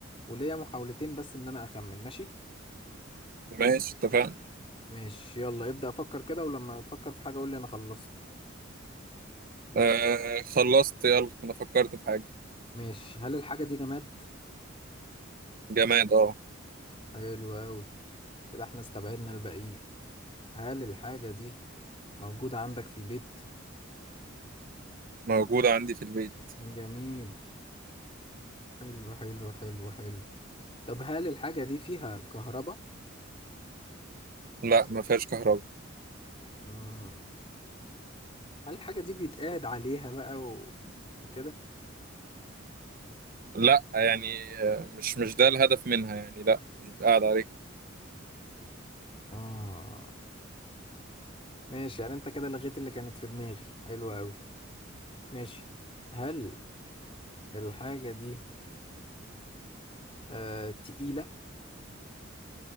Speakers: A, on the left; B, on the right.
A: وليا محاولتين بس ان انا اخمن ماشي
B: ماشي اتفقنا
A: ماشي يلا ابدا افكر كده ولما تفكر في حاجه قول لي انا خلصت
B: آه خلصت يلا انا فكرت في حاجة
A: ماشي هل الحاجه دي جماد
B: جماد اه
A: حلو قوي كده احنا استبعدنا الباقيين هل الحاجه دي موجود عندك في البيت
B: موجودة عندي في البيت
A: جميل حلو حلو حلو حلو طب هل الحاجة دي فيها كهرباء؟
B: لا ما فيهاش كهرباء
A: مم. هل الحاجة دي بيتقعد عليها بقى و... وكده؟
B: لا يعني آه، مش مش ده الهدف منها يعني لا مش بتقعد عليه
A: مم. ماشي يعني انت كده لغيت اللي كانت في دماغي حلو أوي ماشي هل الحاجة دي آه تقيلة؟